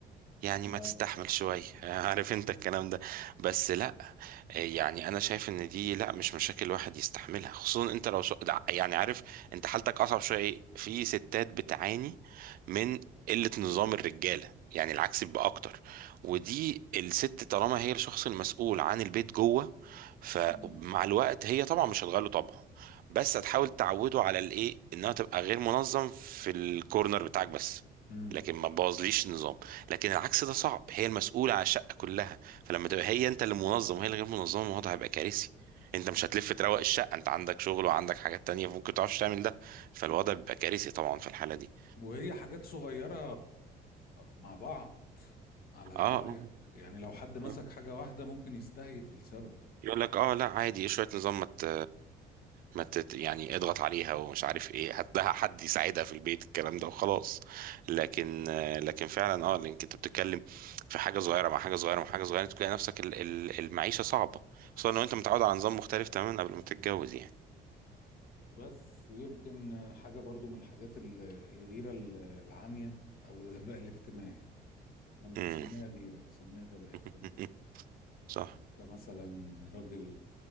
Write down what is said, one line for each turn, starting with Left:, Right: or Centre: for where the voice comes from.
Right: يعني
Left: اه
Right: ما تستحمل شوية <laughs> عارف انت الكلام ده بس لا يعني انا شايف ان دي لا مش مشاكل الواحد يستحملها خصوصا انت لو شو... يعني عارف انت حالتك اصعب شوية ايه؟ في ستات بتعاني من قلة نظام الرجالة يعني العكس بيبقى اكتر ودي الست طالما هي الشخص المسؤول عن البيت جوه فمع
Left: امم
Right: الوقت هي طبعا مش هتغير له طبعه بس هتحاول تعوده على الايه انها تبقى غير منظم في الكورنر بتاعك بس
Left: امم
Right: لكن ما تبوظليش النظام لكن العكس ده صعب هي المسؤولة على الشقة كلها فلما تبقى هي انت اللي منظم وهي اللي غير منظمة الموضوع هيبقى كارثي انت مش هتلف تروق الشقة انت عندك شغل وعندك حاجات تانية فممكن متعرفش تعمل ده فالوضع
Left: اه
Right: بيبقى كارثي طبعا في الحالة دي
Left: وهي حاجات صغيرة مع بعض على
Right: اه
Left: رأيك يعني لو حد مسك
Right: آه.
Left: حاجة واحدة ممكن يستهيف السبب
Right: يقول لك اه لا عادي شويه نظام ما مت... ما تت... يعني اضغط عليها ومش عارف ايه هات لها حد يساعدها في البيت الكلام ده وخلاص لكن لكن فعلا اه لانك انت بتتكلم في حاجه صغيره مع حاجه صغيره مع حاجه صغيره تلاقي نفسك ال... ال- المعيشه صعبه خصوصا
Left: بالظبط
Right: لو انت متعود على نظام مختلف تماما قبل ما تتجوز يعني
Left: بس ويمكن حاجة برضو من الحاجات ال- الغيرة ال- العامية أو الغباء الاجتماعي أنا مش
Right: امم
Left: بسميها غيرة بسميها غباء
Right: <laughs>
Left: اجتماعي
Right: صح
Left: أنت مثلا راجل